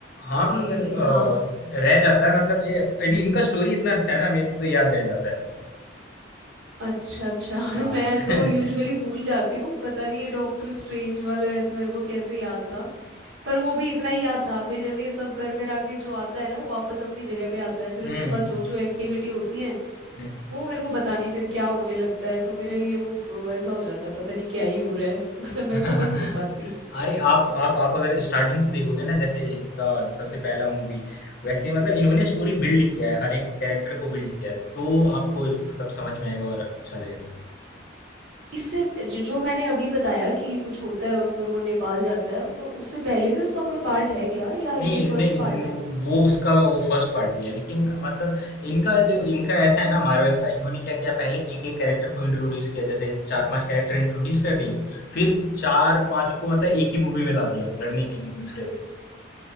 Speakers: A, on the left; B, on the right.
A: हाँ
B: कि
A: मतलब
B: हाँ
A: अ, रह जाता है मतलब ये इन, इनका स्टोरी इतना अच्छा है ना मेरे को तो याद रह जाता है
B: अच्छा अच्छा <laughs>
A: हाँ
B: मैं
A: <laughs>
B: तो यूजुअली भूल जाती हूँ पता नहीं ये डॉक्टर स्ट्रेंज वाला वैसे मेरे को कैसे याद था पर वो भी इतना ही याद था फिर जैसे ये सब कर कर आके जो आता है ना वो वापस अपनी जगह पे आता है फिर
A: हम्म
B: उसके बाद जो जो एक्टिविटी होती है
A: हम्म।
B: वो मेरे को पता नहीं फिर क्या होने लगता है तो मेरे लिए वो वो ऐसा हो जाता है पता नहीं क्या ही हो रहा है <laughs> मतलब मैं
A: <laughs>
B: समझ नहीं पाती
A: अरे आप आप आप अगर स्टार्टिंग से देखोगे ना जैसे इसका सबसे पहला मूवी वैसे मतलब इन्होंने स्टोरी बिल्ड किया है हर एक कैरेक्टर को बिल्ड किया है तो आपको मतलब समझ में आएगा और अच्छा लगेगा
B: इससे जो, जो मैंने अभी बताया कि कुछ होता है उसको और वो नेपाल जाता है तो उससे पहले भी उसका कोई पार्ट है क्या या ये
A: नहीं
B: फर्स्ट
A: नहीं नहीं
B: पार्ट है
A: वो उसका वो फर्स्ट पार्ट ही है लेकिन मतलब इनका दे- इनका ऐसा है ना मार्वल का इन्होंने क्या किया पहले एक एक कैरेक्टर को इंट्रोड्यूस किया जैसे चार पांच कैरेक्टर इंट्रोड्यूस कर दिए फिर चार पांच को मतलब एक ही मूवी में ला दिया लड़ने के लिए दूसरे से